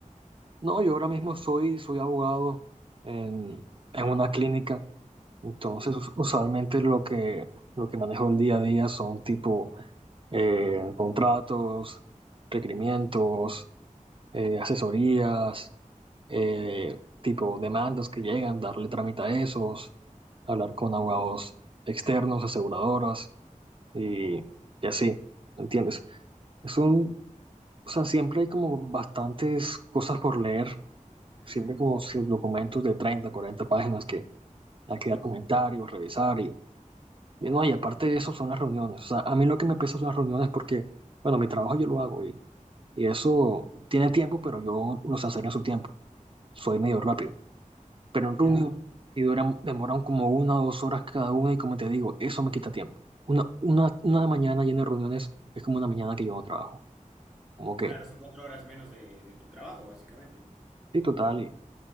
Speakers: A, on the right; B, in the centre.
A: No, yo ahora mismo soy, soy abogado en,
B: Mm,
A: en una clínica Entonces,
B: uy,
A: us- usualmente lo que, lo que manejo el día a día son tipo eh, contratos, requerimientos, eh, asesorías, eh, tipo demandas que llegan, darle trámite a esos, hablar con abogados externos, aseguradoras y, y así, ¿me ¿entiendes? Es un, o sea, siempre hay como bastantes cosas por leer,
B: ujú,
A: siempre como sus documentos de 30 40 páginas que hay
B: wow.
A: que dar comentarios, revisar y Y no, y aparte de eso son las reuniones. O sea, a mí lo que me pesa son las reuniones porque, bueno, mi trabajo yo lo hago y, y eso tiene tiempo, pero yo lo sé hacer en su tiempo. Soy medio rápido. Pero en
B: Ya.
A: reunión, si duran, demoran como una o dos horas cada una y como te digo, eso me quita tiempo. Una, una, una mañana llena de reuniones es como una mañana que yo no trabajo. Como que,
B: Claro, son cuatro horas menos de, de tu trabajo, básicamente.
A: sí, total. Y,